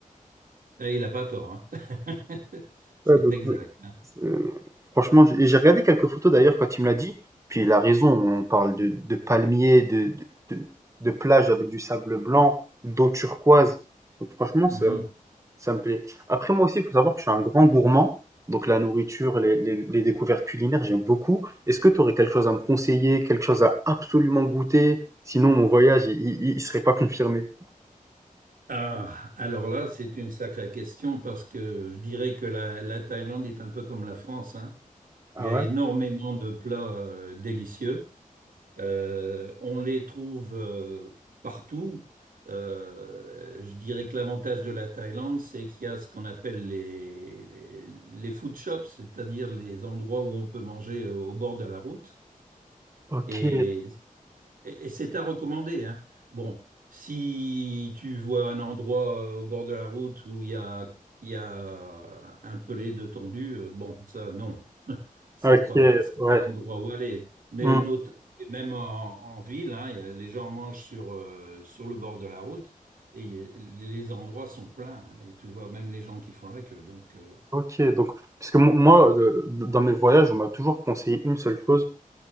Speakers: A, on the right (about 75°); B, on the right (about 20°).
A: Et il n'a pas tort. hein. <laughs> C'est
B: Ouais donc
A: exact.
B: heu,
A: hein.
B: c'est franchement j'ai j'ai regardé quelques photos d'ailleurs quand il me l'a dit, puis il a raison, on parle de de palmiers, de de de de plages avec du sable blanc, d'eau turquoise, donc franchement
A: Mhm.
B: ça Ça me plaît. Après, moi aussi, il faut savoir que je suis un grand gourmand. Donc, la nourriture, les, les- les découvertes culinaires, j'aime beaucoup. Est-ce que tu aurais quelque chose à me conseiller, quelque chose à absolument goûter? Sinon, mon voyage, il, il- il serait pas confirmé.
A: Ah, alors là, c'est une sacrée question parce que je dirais que la, la Thaïlande est un peu comme la France, hein.
B: Ah
A: Il y a
B: ouais?
A: énormément de plats euh, délicieux. Euh, on les trouve euh, partout. Euh, je dirais que l'avantage de la Thaïlande, c'est qu'il y a ce qu'on appelle les, les, les food shops, c'est-à-dire les endroits où on peut manger euh, au bord de la route.
B: Ok,
A: Et, et- et c'est à recommander, hein. Bon, si tu vois un endroit euh, au bord de la route où il y a, il y a un pelé de tondu, euh, bon, ça, non. C'est
B: ok,
A: pas, c'est
B: ouais.
A: pas l'endroit où aller. Mais
B: Hmm,
A: nos- et même en, en ville, hein, y a- les gens mangent sur, euh, sur le bord de la route et y- les endroits sont pleins. hein. et tu vois même les gens qui font la queue. Donc, euh,
B: Ok, donc, parce que mo- moi, de- de- dans mes voyages, on m'a toujours conseillé une seule chose.